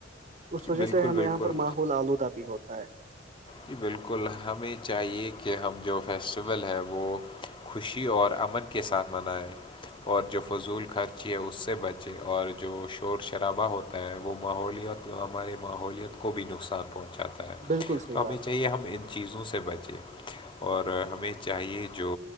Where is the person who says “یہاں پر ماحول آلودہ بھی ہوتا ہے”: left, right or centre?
Right